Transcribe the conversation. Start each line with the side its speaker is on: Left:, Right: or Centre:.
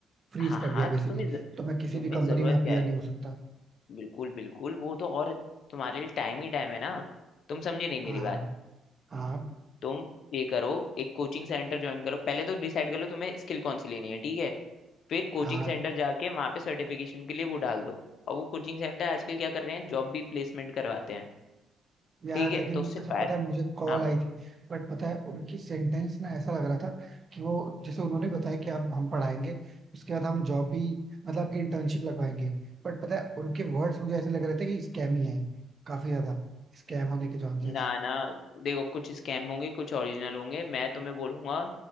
Right: फ्रीज
Left: हाँ
Right: कर
Left: हाँ
Right: दिया बेसिकली
Left: तो तुम्हें ज-
Right: तो मैं किसी
Left: तुम्हें
Right: भी कंपनी
Left: जरूरत
Right: में अपीयर
Left: क्या है
Right: नहीं हो सकता
Left: बिल्कुल बिल्कुल वो तो और तुम्हारे लिए टाइम ही टाइम है ना तुम समझे नहीं मेरी
Right: हाँ
Left: बात
Right: हाँ
Left: तुम ये करो एक कोचिंग सेंटर ज्वाइन करो पहले तो डिसाइड कर लो तुम्हें स्किल कौन सी लेनी है ठीक है फिर कोचिंग
Right: हाँ
Left: सेंटर जाके वहां पे सर्टिफिकेशन के लिए वो डाल दो और वो कोचिंग सेंटर आजकल क्या कर रहे हैं जॉब भी प्लेसमेंट करवाते हैं
Right: यार
Left: ठीक
Right: लेकिन
Left: है तो उससे
Right: अच्छा
Left: फाय
Right: पता है मुझे कॉल
Left: हाँ बस
Right: आई थी बट पता है उनकी सेंटेंस ना ऐसा लग रहा था कि वो जैसे उन्होंने बताया कि आप हम पढ़ाएंगे उसके बाद हम जॉब भी मतलब आपकी इंटर्नशिप लगवाएंगे बट पता है उनके वर्ड्स मुझे ऐसे लग रहे थे कि स्कैम ही है काफी ज्यादा स्कैम होने के चांसेस
Left: ना ना देखो कुछ स्कैम होंगे कुछ ओरिजिनल होंगे मैं तुम्हें बोलूंगा